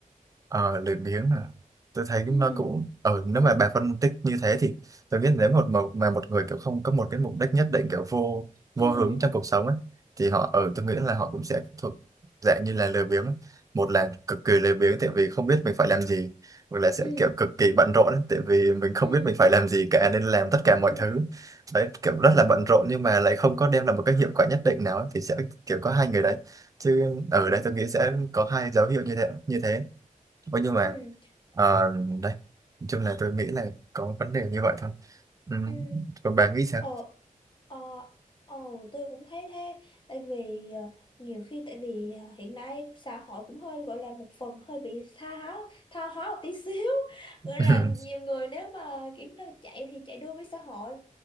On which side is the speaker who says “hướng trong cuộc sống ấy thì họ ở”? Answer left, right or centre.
Right